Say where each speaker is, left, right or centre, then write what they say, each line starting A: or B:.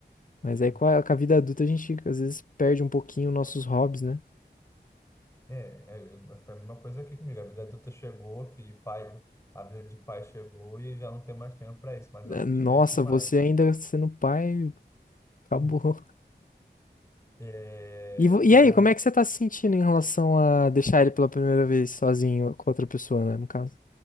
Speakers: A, on the left (about 50°); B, on the left (about 15°).
A: Mas aí
B: uhum.
A: com a, com a vida adulta a gente às vezes perde um pouquinho nossos hobbies, né?
B: É, é, foi a mesma coisa aqui comigo. A vida adulta chegou, filho, pai, a vida de pai chegou e já não tem mais tempo pra isso, mas
A: Eh,
B: eu assistia
A: Nossa,
B: demais.
A: você ainda sendo pai, acabou.
B: Hum. É,
A: E, vo- e
B: igual
A: aí, como é que você tá se sentindo em relação a deixar ele pela primeira vez sozinho com outra pessoa, né? No caso.